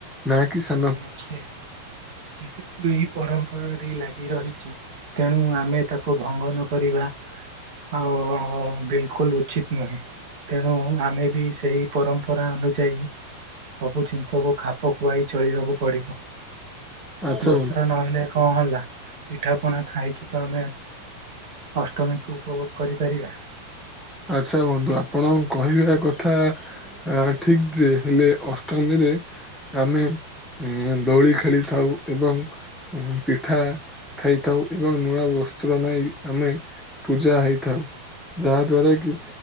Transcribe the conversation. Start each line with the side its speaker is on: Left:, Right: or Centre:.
Centre: ନାଁ କି ସା
Right: ହଁ ଯେ ଯେହେତୁ ଏଇ ପରମ୍ପରାଟି ଲାଗି ରହିଚି। ତେଣୁ ଆମେ ତାକୁ ଭଙ୍ଗ ନ କରିବା। ଆଉ ବିଲକୁଲ ଉଚିତ ନୁହେଁ। ତେଣୁ ଆମେ ବି ସେଇ ପରମ୍ପରା ଅନୁଯାୟୀ। ସବୁ ଜିନିଷକୁ ଖାପ ଖୁଆଇ ଚଳିବାକୁ ପଡିବ
Centre: ଆଚ୍ଛା
Right: ବସ୍ତ୍ର
Centre: ବନ୍ଧୁ।
Right: ନହେଲେ କଣ ହେଲା ପିଠା ପଣା ଖାଇକି ତ ଆମେ। ଅଷ୍ଟମୀକୁ ଉପଭୋଗ କରିପାରିବା।
Centre: ଆଚ୍ଛା ବନ୍ଧୁ ଆପଣ କହିବା କଥା। ହା ଠିକ୍ ଯେ ହେଲେ ଅଷ୍ଟମୀରେ। ଆମେ ଦୋଳି ଖେଳିଥାଉ ଏବଂ। ପିଠା ଖାଇଥାଉ ଏବଂ ନୂଆ ବସ୍ତ୍ର ନାଇ ଆମେ। ପୂଜା ହେଇଥାଉ ଯାହା ଦ୍ଵାରା କି